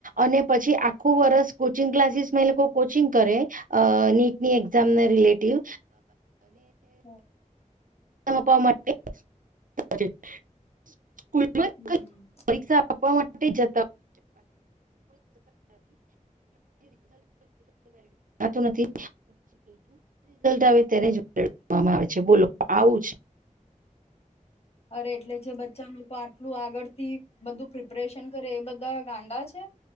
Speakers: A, on the right; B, on the left.
A: અને પછી આખું વર્સ કોચિંગ ક્લાસીસ મે લોકો કોચિંગ કરે નીટની એક્ઝામ રિલેટિવ
B: હ
A: અનેપવા માટે સ્કૂલમાં
B: હમ
A: જ પરીક્ષા આપવા માટે જતા હો નથી આવે તેને આવે બોલો આવું જ
B: અરે એટલે જે બચ્ચા લોકો આટલું આગળ થી બધું પ્રિપરેશન કરે એ બધા ગાંડા છે